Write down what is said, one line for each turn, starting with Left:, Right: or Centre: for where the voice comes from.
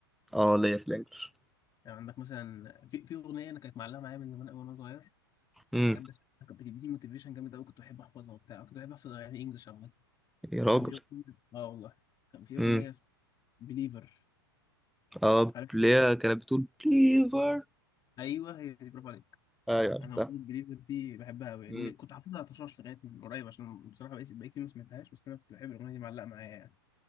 Centre: اه ليا في الانجليش
Left: يعني عندك مثلا في في اغنيه انا كانت معلقه معايا من زمان قوي وانا صغير كنت
Centre: امم
Left: بحب اسمعها كانت بتديني موتيفيشن جامد قوي كنت بحب احفظها وبتاع كنت بحب احفظ اغاني انجليش عامه
Centre: يا راجل
Left: كان في اغنيه اه والله كان في
Centre: امم
Left: اغنيه اسمها بليفر
Centre: اه
Left: عارف
Centre: ليا كانت بتقول بليفر
Left: ايوه هي دي برافو عليك
Centre: ايوه عرفتها
Left: انا اغنيه بليفر دي بحبها قوي يعني
Centre: امم
Left: كنت حافظها على طشاش لغايه من قريب عشان بصراحه بقيت بقيت ما سمعتهاش بس انا كنت بحب الاغنيه دي معلقه معايا يعني.